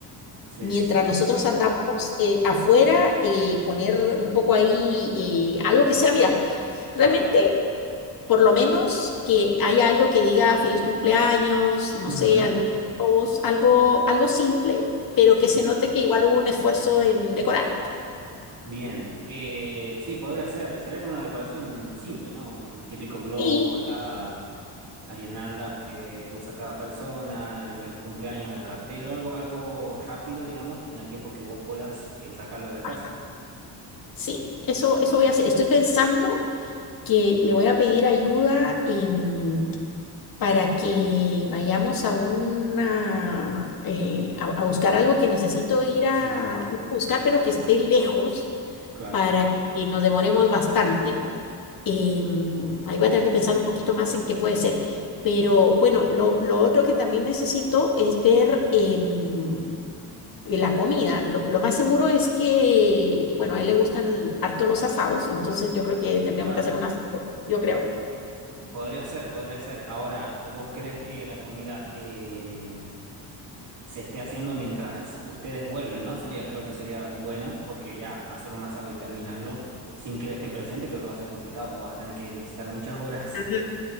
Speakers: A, on the right (about 60°); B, on the left (about 50°).
A: sí,
B: mientras
A: sí, sí,
B: nosotros andamos eh, afuera, eh, poner un poco ahí eh, algo que sea, mira,
A: claro.
B: realmente por lo menos que haya algo que diga feliz cumpleaños, no
A: Ujú,
B: sé, algún globos, algo, algo simple, pero que se
A: Sí,
B: note que igual hubo un esfuerzo en decorar.
A: bien. Eh, sí, podría ser. Sería como una decoración simple, ¿no? Los típicos globos,
B: Y,
A: la- las guirnaldas que usa cada persona, el feliz cumpleaños, el cartel, o algo, algo rápido, digamos, en el tiempo que vos puedas eh, sacarlo de la casa.
B: ajá, Sí, eso, eso voy a hacer. Estoy pensando que le voy a pedir ayuda em, para que vayamos a una eh, a, a buscar algo que necesito ir a,
A: Sí,
B: ir a buscar, pero que esté lejos
A: claro,
B: para que nos demoremos bastante. Em, ahí voy a tener que pensar un poquito más en qué puede ser. Pero bueno, lo, lo otro que también necesito es ver em, y la comida, lo, lo más seguro es que, bueno, a él le gustan l- harto los asados, entonces yo creo que tendríamos
A: claro.
B: que hacer un asado, yo creo.
A: Podría ser, podría ser. Ahora, ¿vos crees que la comida eh, se esté haciendo mientras ustedes vuelven, ¿no? Sería, creo que sería bueno, porque ya hacer un asado y terminarlo sin que él esté presente, creo que va a ser complicado. Vas a tener que necesitar muchas horas.
B: Ah,
A: <laughs>